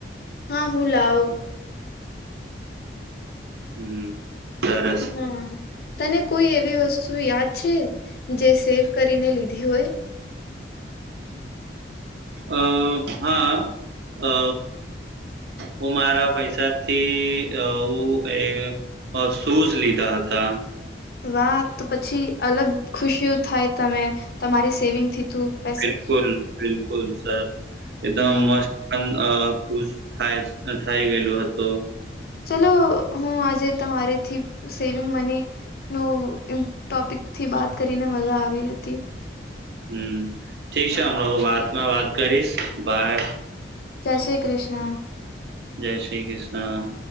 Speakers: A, on the left (about 55°); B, on the right (about 65°).
A: હા હું લાવ
B: હમ સરસ
A: હમ તને કોઈ એવી વસ્તુ યાદ છે જે સેવ કરીને લીધી હોય
B: અ હા અ હું મારા પૈસાથી હું એ અ શૂઝ લીધા હતા
A: વાહ તો પછી અલગ ખુશીઓ થાય તમે તમારી સેવિંગ થી તું પૈસા
B: બિલકુલ, બિલકુલ સર એકદમ
A: હમ
B: મસ્ત ખુશ થાય થઈ ગયેલો હતો
A: ચલો હું આજે તમારી થી સેવિંગ મની નોમ ટોપિકથી બાત કરીને મજા આવી હતી
B: હમ ઠીક છે હમણા હું વાતમાં વાત કરીશ બાય
A: જય શ્રી કૃષ્ણ
B: જય શ્રી કૃષ્ણ